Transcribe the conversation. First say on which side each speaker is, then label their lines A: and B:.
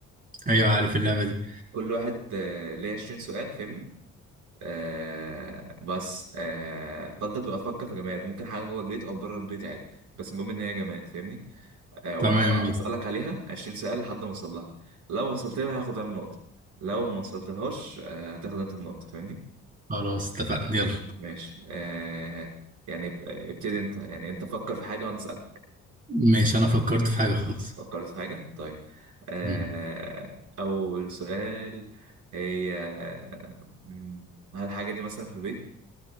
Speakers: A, on the right; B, on the right.
A: ايوه عارف اللعبة دي
B: كل واحد آه، ليه 20 سؤال فاهمني آه بس آه فانت بتبقى تفكر في جماد ممكن حاجه جوه البيت او بره البيت عادي بس المهم ان هي جماد فاهمني آه وانا
A: تمام
B: بقى
A: ماشي
B: بسالك عليها 20 سؤال لحد ما اوصل لها لو وصلت لها هاخد انا النقطه لو ما وصلت لهاش آه هتاخد انت النقطه فاهمني
A: خلاص اتفقنا يلا
B: ماشي آه يعني اب- ابتدي انت يعني انت فكر في حاجه وانا اسالك
A: ماشي انا فكرت في حاجة خلاص
B: فكرت في حاجة؟ طيب آه
A: مم.
B: أول سؤال هي آه، مم، هل الحاجة دي مثلا في البيت؟